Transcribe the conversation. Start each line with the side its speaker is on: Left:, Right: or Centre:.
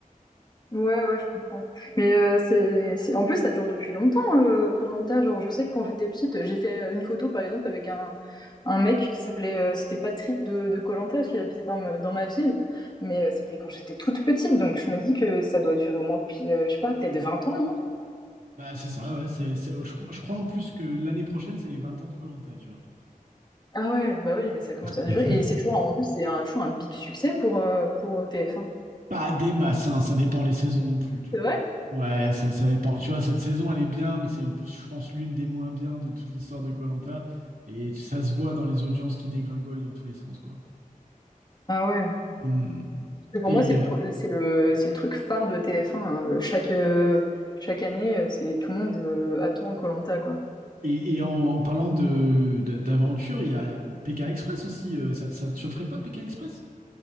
Left: Ouais, ouais, je comprends. Mais euh, c'est, c'est, en plus, ça dure depuis longtemps, euh, Koh-Lanta. Genre, je sais que quand j'étais petite, j'ai fait une photo, par exemple, avec un, un mec qui s'appelait, euh, c'était Patrick de, de Koh-Lanta, parce qu'il habitait dans, me- dans ma ville. Mais euh, c'était quand j'étais toute petite, donc je me dis que ça doit durer au moins depuis, euh, je sais pas, peut-être 20 ans, non?
Right: Bah, c'est ça, ouais. c'est- c'est- je, je crois en plus que l'année prochaine, c'est les 20 ans de koh tu vois.
Left: Ah ouais, bah oui, mais ça commence
Right: <laughs>
Left: à durer. Et c'est toujours, en plus, c'est un, toujours un big succès pour, euh, pour TF1.
Right: Pas des masses, hein, ça dépend les saisons non plus, tu
Left: C'est
Right: vois.
Left: vrai?
Right: Ouais, ça, ça dépend. Tu vois, cette saison, elle est bien, mais c'est, je pense, l'une des moins bien de toute l'histoire de koh Et ça se voit dans les audiences qui dégringolent dans tous les sens, quoi.
Left: Ah ouais.
Right: Hmm.
Left: que pour
Right: Et,
Left: moi, c'est le, pro- c'est le, c'est le truc phare de TF1. hein. Euh, Chaque, euh, chaque année, euh, c'est tout le monde euh, attend Koh-Lanta, quoi.
Right: et, et en, en parlant de, de- d'aventure, il y a Pékin Express aussi. euh, ça, ça te chaufferait pas, Pékin Express?